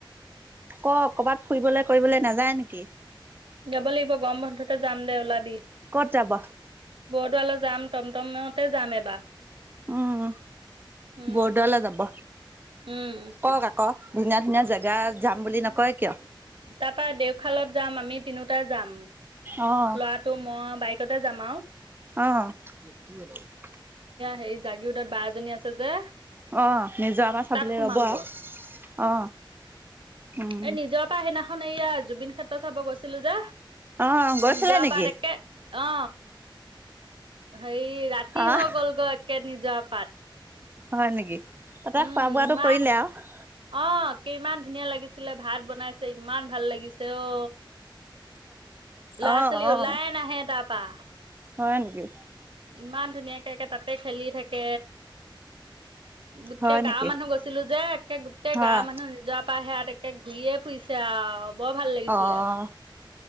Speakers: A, on the right (about 25°); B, on the right (about 80°).
A: ক, কবাত ফুৰিবলে। ফুৰিবলৈ নাযায় নেকি?
B: যাব লাগিব, গৰম বন্ধতে যাম দে ওলাবি।
A: ক'ত যাব?
B: বৰদোৱালৈ যাম। টম, টমতে যাম এবাৰ।
A: উম,
B: উম,
A: বৰদোৱালে যাব,
B: উম,
A: কওঁক আকৌ, ধুনীয়া, ধুনীয়া জেগা যাম বুলি নক। কয় কিয়?
B: তাৰপৰা দেওঁশালত যাম, আমি তিনিটা যাম।
A: অ',
B: ল'ৰাটো, মই বাইক। ক'তে যাম আৰু।
A: অ। <unintelligible>
B: সেই, জাগীৰোডত বা এজনী আছে যে।
A: অ, নিজৰাপাৰ, চাবলৈ
B: তাত সোমামগৈ
A: ৰৱ অ, উম।
B: এই নিজৰ পৰা সেইদিনাখন, এয়া জুবিন ক্ষেত্ৰ, চাব গৈছিলোঁ যে।
A: অ, গৈছিলা
B: নিজৰ
A: নেকি?
B: পাত একে অ। সেই ৰাতি
A: অ'
B: হৈ গ'ল গৈ একে নিজে। যোৱা পাত।
A: হয়, নেকি। তাতে
B: উম,
A: খোৱা-বোৱাটো
B: ইমান
A: কৰিলে আৰু।
B: অ, কিমান ধুনীয়া লাগিছিলে, ভাত বনাইছে, ইমান ভাল লাগিছে, অ। লৰা-ছোৱালী
A: অ', অ',
B: উলাইয়ে নাহে তাৰপৰা।
A: হয় নেকি।
B: ইমান ধুনীয়াকে তাতে খেলি থাকে। গোটেই
A: হয়
B: গাঁৱৰ
A: নেকি?
B: মানুহ গৈছিলোঁ যে একে।
A: হয়
B: গাওঁৰ মানুহ নিজ। <unintelligible> তে ঘূৰিয়ে ফুৰিছে আউ। বৰ ভাল লাগিছিলে।
A: অ',